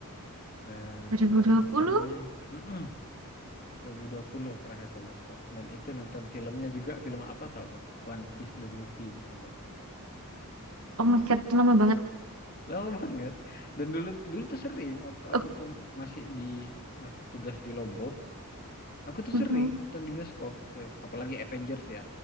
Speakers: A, on the left; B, on the right.
A: dan
B: 2020
A: itu nontonnya mm dua ribu dua puluh terakhir ke bioskop dan itu nonton filmnya juga film apa tau gak One Piece the Movie coba
B: oh my god lama banget
A: lama banget dan dulu dulu tuh sering waktu aku
B: oh.
A: tuh masih di masih tugas di Lombok aku tuh
B: Mhm.
A: sering nonton di bioskop Se- apalagi Avengers ya